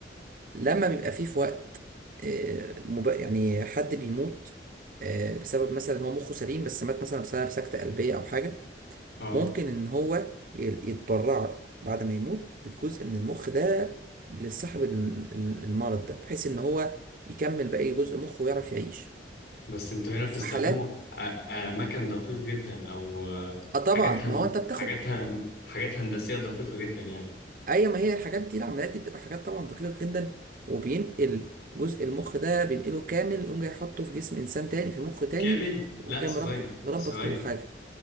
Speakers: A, on the right (about 45°); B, on the left (about 60°).
A: لما بيبقى فيه في وقت آه، مب... يعني حد بيموت آه، بسبب مثلا هو مخه سليم بس مات مثلا بسبب سكتة قلبية أو حاجة
B: امم
A: ممكن إن هو ي- يتبرع بعد ما يموت بجزء من المخ ده لصاحب ال- ال- المرض ده بحيث إن هو يكمل باقي جزء مخه ويعرف يعيش
B: بس انتوا هنا بتستخدموا
A: في حالات
B: أ- اماكن دقيق جدا او آه،
A: اه
B: حاجات
A: طبعا ما
B: هن...
A: هو انت بتاخد
B: حاجات هن... حاجات هندسية دقيقة جدا يعني
A: اي ما هي الحاجات دي العمليات دي بتبقى حاجات طبعا دقيقة جدا وبينقل جزء المخ ده بينقله كامل يقوم جاي يحطه في جسم انسان تاني في مخ تاني
B: كامل
A: ويقوم
B: لا
A: جاي
B: ثواني
A: مربط مربط
B: ثواني
A: كل حاجة